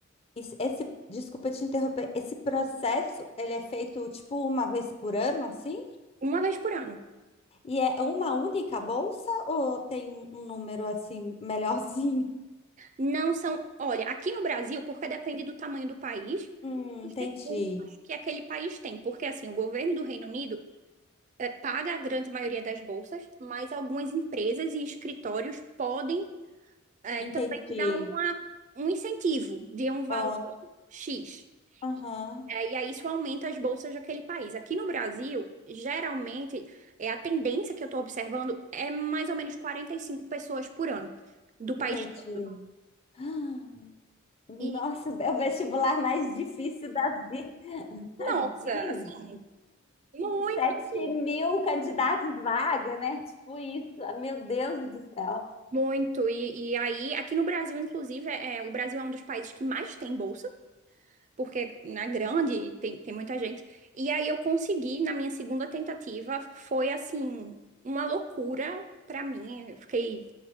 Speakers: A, on the left; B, on the right.
A: Isso- Esse, desculpa te interromper, esse processo, ele é feito tipo uma vez por ano, assim?
B: uma vez por ano.
A: E é uma única bolsa ou tem um, um número assim melhorzinho? <laughs>
B: Não são, olha, aqui no Brasil, porque depende do tamanho do país,
A: Hum,
B: os
A: entendi.
B: recursos que aquele país tem, porque assim, o governo do Reino Unido eh, paga a grande maioria das bolsas, mas algumas empresas e escritórios podem eh,
A: Entendi.
B: também dar uma, um incentivo de um valor
A: Ó,
B: X.
A: Aham,
B: Eh, e aí isso aumenta as bolsas daquele país. Aqui no Brasil, geralmente, é a tendência que eu estou observando é mais ou menos 45 pessoas por ano do país
A: entendi.
B: todo.
A: Ah, Nossa,
B: E,
A: é o vestibular mais difícil da vida. <laughs>
B: nossa, assim, muito.
A: sete mil candidatos vaga, né? Tipo isso. Ah, Meu Deus do céu.
B: Muito, e, e aí, aqui no Brasil, inclusive, é, é, o Brasil é um dos países que mais tem bolsa, porque é grande e tem, tem muita gente. E aí eu consegui, na minha segunda tentativa, foi assim, uma loucura pra mim. Eu fiquei